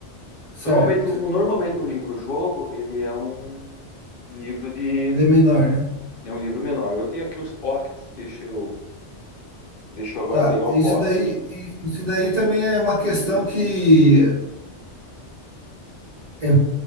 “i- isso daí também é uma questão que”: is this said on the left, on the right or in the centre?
Right